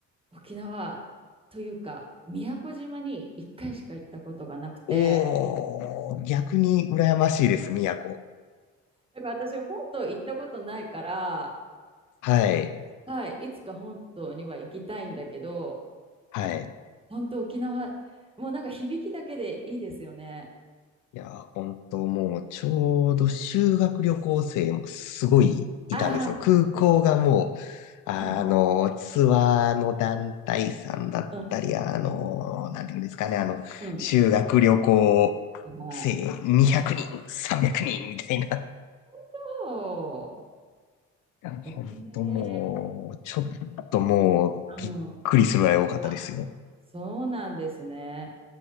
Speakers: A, on the right; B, on the left.
A: 沖縄というか、宮古島に1回しか行ったことがなくて、
B: おー、逆に羨ましいです、宮古。
A: だから私、本島行ったことないから、
B: はい。
A: はい、いつか本島には行きたいんだけど、
B: はい。
A: 本当沖縄、もうなんか響きだけでいいですよね。
B: いやー、本当もう、ちょうど修学旅行生もすごいいたんですよ。
A: ああ、
B: 空港がもう、あの、
A: うん、
B: ツアーの団体さんだったり、
A: うん、うん、
B: あの、なんていうんですかね、あの、
A: うん、
B: 修学旅行
A: はいはい。
B: 生200人、300人みたいな。い
A: そ
B: や、本当もう、
A: う。えー、
B: ちょっともう、
A: うん。
B: びっくりするぐらい多かったですよ。
A: あ、そうなんですね。